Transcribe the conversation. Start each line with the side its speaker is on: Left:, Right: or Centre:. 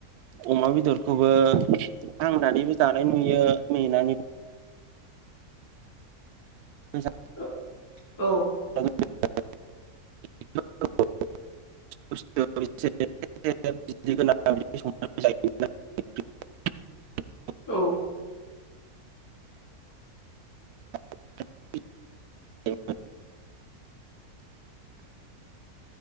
Right: अमा बेदरखौबो हांनानैबो जानाय नुयो मेंनानै। मेनानैबो
Left: ओ औ।
Right: <unintelligible> <unintelligible> <unintelligible>
Left: औ
Right: <unintelligible>